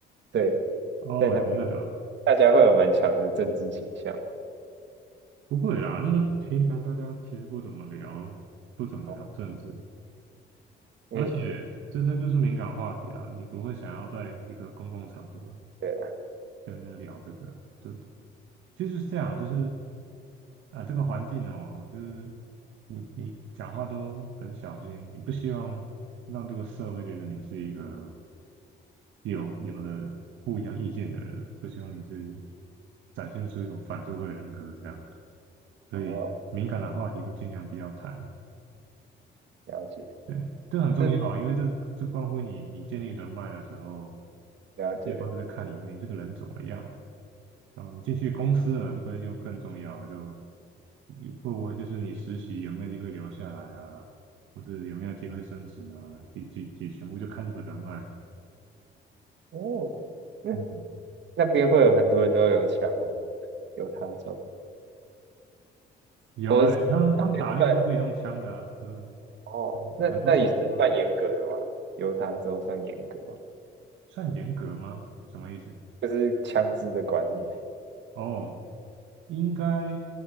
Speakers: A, on the right (about 65°); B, on the right (about 80°).
A: 对，
B: 哦，
A: 在那
B: 那个啊
A: 大家会有蛮强的政治倾向嘛
B: 不会啦，那个平常大家其实不怎么聊，不怎么聊政治，
A: 哦，嗯嗯
B: 而且这这就是敏感话题啊，你不会想要在一个公共场合
A: 对了，
B: 跟他聊这个，就其实是这样，就是啊、这个环境哦，就是你你讲话都很小心，你不希望让这个社会觉得你是一个有有的不一样意见的人，不希望你是展现出一种反社会人格这样，所以敏感的话题都尽量不要谈。
A: 哦，了解，
B: 对，这很重要啊，
A: 嗯，
B: 因为这是这关乎你你建立人脉的时候，
A: 了解，
B: 对方都在看你，哎，这个人怎么样？然后你进去公司了，这个又更重要了就你会不会就是你实习有没有机会留下来啊，或者有没有机会升职啊？这这这全部就看这个人脉。
A: 哦，那
B: 嗯，
A: 那边会有很多人都有枪吗？犹他州，
B: 有啊，
A: 我是
B: 他们他们打猎都可以用枪的啊，
A: 办
B: 嗯，
A: 哦，那那也是算严格的吗？
B: 很多视频都是
A: 犹他州算严格吗
B: 算严格吗？什么意思？
A: 就是枪支的管理，
B: 哦，应该